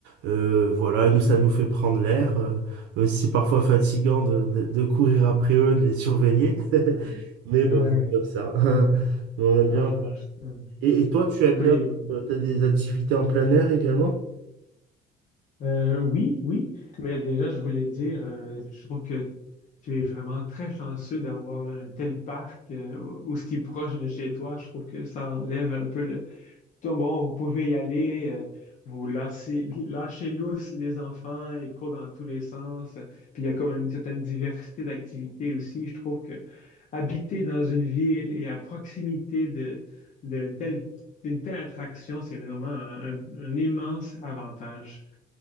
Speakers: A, on the right; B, on the left.
A: Euh, voilà, nous, ça nous fait prendre l'air, euh, même si c'est parfois fatigant de, de- de courir après eux, de les surveiller. <laughs>
B: Ouais,
A: Mais bon,
B: ouais.
A: c'est comme ça. <laughs> On aime bien.
B: Ah non, je peux,
A: Et, et toi, tu
B: je
A: aimes
B: peux,
A: bien, euh, t'as des activités en plein air également?
B: Euh, oui, oui, mais déjà, je voulais dire, euh, je trouve que tu es vraiment très chanceux d'avoir là, un tel parc euh, au- aussi proche de chez toi. Je trouve que ça enlève un peu le... Tout, bon, vous pouvez y aller, euh, vous lâchez, lâchez lousse les enfants, ils courent dans tous les sens. Puis il y a comme une certaine diversité d'activités aussi. Je trouve que habiter dans une ville et à proximité de, d'un tel, d'une telle attraction, c'est vraiment un un- un immense avantage.